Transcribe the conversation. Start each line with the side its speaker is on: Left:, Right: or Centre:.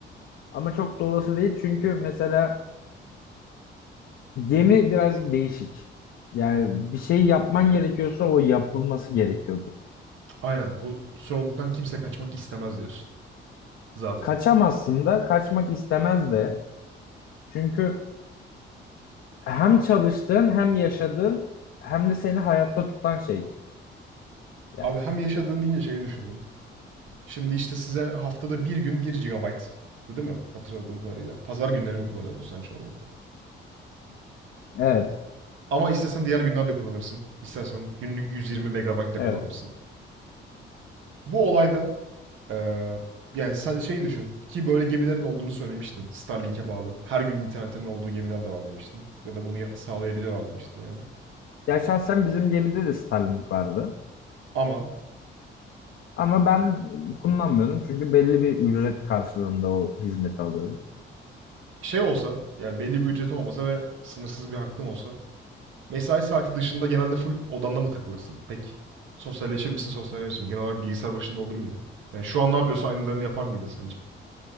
Left: ama çok da olası değil çünkü mesela gemi birazcık değişik. Yani bir şey yapman gerekiyorsa o yapılması gerekiyordur.
Right: Aynen. Bu sorumluluktan kimse kaçmak istemez diyorsun. Zaten.
Left: Kaçamazsın da kaçmak istemez de çünkü hem çalıştığın hem yaşadığın hem de seni hayatta tutan şey. Yani
Right: Abi hem yaşadığın deyince şeyi düşündüm. Şimdi işte size haftada bir gün bir GB. Değil mi? Hatırladığım kadarıyla. Pazar günlerimi kullanıyordun sen çoğunlukla?
Left: evet,
Right: Ama istesen diğer günlerde kullanırsın. İstersen günlük 120 MB de
Left: evet.
Right: kullanırsın. Bu olayda Ee, yani sen şeyi düşün ki böyle gemilerin olduğunu söylemiştin. Starlink'e bağlı. Her gün internetinin olduğu gemiler de var demiştin. Ya da bunu ya- sağlayabiliyorlar demiştin yani.
Left: Ya şahsen bizim gemide de Starlink vardı.
Right: Ama
Left: Ama ben kullanmıyordum çünkü belli bir ücret karşılığında o hizmeti alıyordum.
Right: şey olsa yani belli bir ücreti olmasa ve sınırsız bir hakkın olsa mesai saati dışında genelde full odanda mı takılırsın? Peki sosyalleşir misin sosyalleşir misin? Genel olarak bilgisayar başında olur muydun? Yani şu an ne yapıyorsa aynılarını yapar mıydın sence?